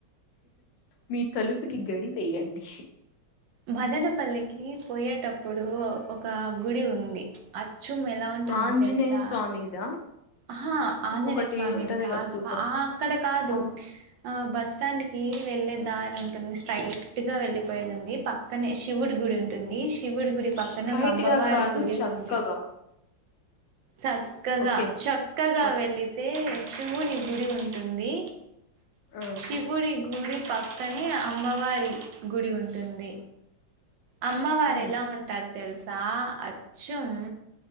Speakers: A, on the left (about 70°); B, on the right (about 70°).
A: మీ తలుపుకి గడి వెయ్యండి
B: మదనపల్లికి పోయేటప్పుడు ఒక గుడి ఉంది చూమ్ము ఎలా ఉంటుంది
A: ఆంజనేయ
B: తెలుసా
A: స్వామిదా
B: ఆహా ఆంజనేయ
A: ఒకటి
B: స్వామిది
A: ఉంటది
B: కాదు
A: గా స్తూపం
B: అక్కడ కాదు
A: ఆ
B: ఆ బస్ స్టాండ్ కి వెళ్ళలే దారి ఉంటుంది స్ట్రైట్ గా వెళ్లిపోయేదింది పక్కనే శివుడి గుడి ఉంటుంది శివుడి గుడి పక్కనే
A: స్ట్రైట్
B: ఒక అమ్మవారి
A: గా కాదు
B: గుడి
A: చక్కగా
B: ఉంది చక్కగా
A: ఓకే
B: చక్కగా
A: ఓక్
B: వెళితే శివుని గుడి ఉంటుంది
A: ఆ
B: శివుడి గుడి పక్కనే అమ్మవారి గుడి ఉంటుంది అమ్మ వారు
A: హ్మ్.
B: ఎలా ఉంటారు తెలుసు సా అచ్చం